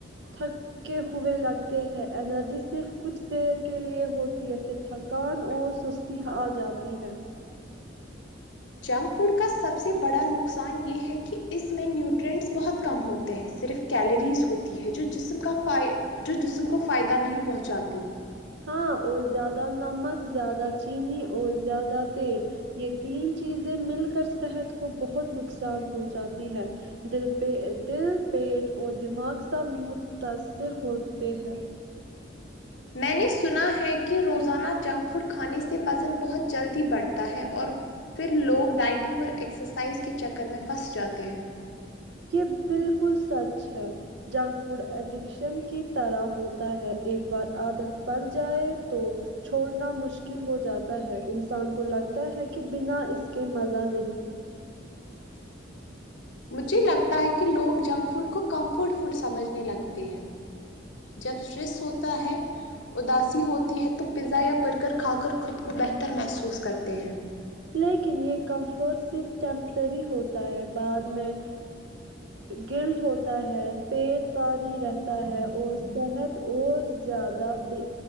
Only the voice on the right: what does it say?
تھ کے ہوئے لگتے ہیں انرجی صرف کچھ دیر کے لیے ہوتی ہے پھر تھکان اور سس تی آ جاتی ہے
ہاں اور زیادہ نمک زیادہ چینی اور زیادہ تیل یہ تین چیزیں مل کر صحت کو بہت نقصان پہنچاتی ہے دل پ دل پیٹ اور دماغ سب متاثر ہوتے ہے
یہ بالکل سچ ہے جنک فوڈ ایڈکشن کی طرح ہوتا ہے ایک بار عادت پڑ جائے تو چھوڑنا مشکل ہو جاتا ہے انسان کو لگتا ہے کہ بنا اس کے مزہ نہیں
لیکن یہ کمفرٹ صرف ٹیمپرری ہوتا ہے بعد میں گلٹ ہوتا ہے پیٹ باہر ہی رہتا ہے اور صحت اور زیادہ ب